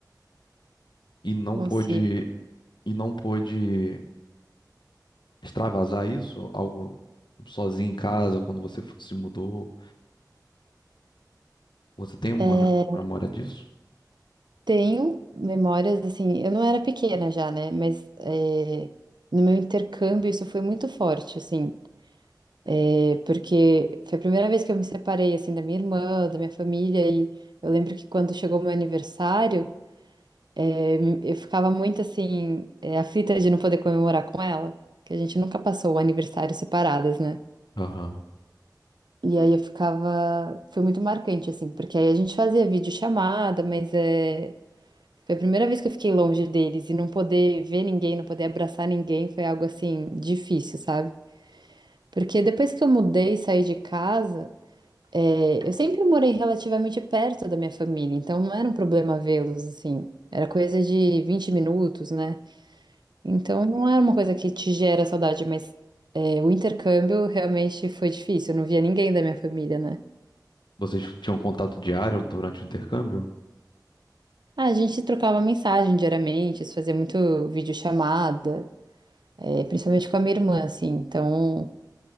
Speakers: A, on the left (about 90°); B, on the right (about 75°).
A: e não
B: Consigo.
A: pôde, e não pôde extravasar isso, algo sozinho em casa, quando você f- se mudou? Você tem uma
B: É,
A: me- memória disso?
B: Tenho memórias, assim, eu não era pequena já, né? Mas é, no meu intercâmbio isso foi muito forte, assim, é, porque foi a primeira vez que eu me separei, assim, da minha irmã, da minha família, e eu lembro que quando chegou meu aniversário, é, me- eu ficava muito, assim, é, aflita de não poder comemorar com ela, que a gente nunca passou o aniversário separadas, né?
A: Aham.
B: E aí eu ficava, foi muito marcante, assim, porque aí a gente fazia videochamada, mas é. Foi a primeira vez que eu fiquei longe deles e não poder ver ninguém, não poder abraçar ninguém foi algo assim difícil, sabe? Porque depois que eu mudei e saí de casa, é, eu sempre morei relativamente perto da minha família, então não era um problema vê-los assim. Era coisa de 20 minutos, né? Então não era uma coisa que te gera saudade, mas é, o intercâmbio realmente foi difícil. Eu não via ninguém da minha família, né?
A: Vocês tinham contato diário durante o intercâmbio?
B: Ah, a gente trocava mensagem diariamente, se fazia muito videochamada. É, principalmente com a minha irmã, assim. Então,